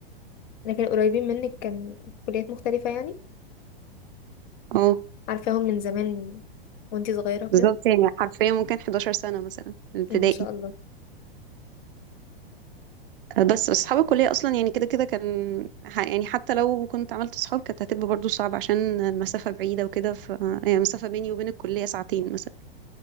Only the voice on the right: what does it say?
اه
بالظبط يعني حرفيا ممكن 11 سنة مثلا ابتدائي
آه، بس أصحاب الكلية أصلا يعني كده كده كان ح- يعني حتى لو كنت عملت أصحاب كانت هتبقى برضو صعبة عشان المسافة بعيدة وكده ف يعني المسافة بيني وبين الكلية ساعتين مثلا